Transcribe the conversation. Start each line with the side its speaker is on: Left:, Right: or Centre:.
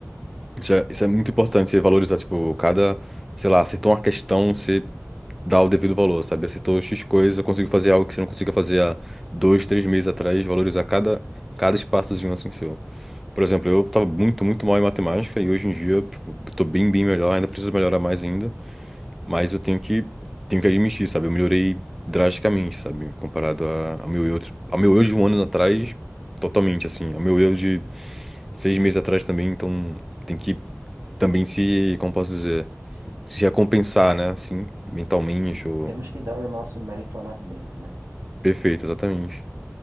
Centre: Isso é,
Right: verdade.
Centre: isso é muito importante, você valorizar, tipo, cada, sei lá, acertou uma questão, você dá o devido valor, sabe? Acertou X coisa, conseguiu fazer algo que você não conseguia fazer há dois, três meses atrás, valorizar cada, cada espaçozinho assim seu. Por exemplo, eu tava
Right: Sim,
Centre: muito, muito mal em matemática e hoje em dia, tipo, eu tô bem, bem melhor, ainda preciso melhorar mais ainda, mas eu tenho que, tenho que admitir, sabe? Eu melhorei drasticamente, sabe? Comparado a- ao meu eu, ao meu eu de um ano atrás, totalmente, assim, ao meu eu seis meses atrás também, então tem que também se, como posso dizer,
Right: sim,
Centre: se recompensar, né? Assim, mentalmente,
Right: sim.
Centre: ou...
Right: Temos que dar o nosso mérito a nós mesmos, né?
Centre: Perfeito, exatamente.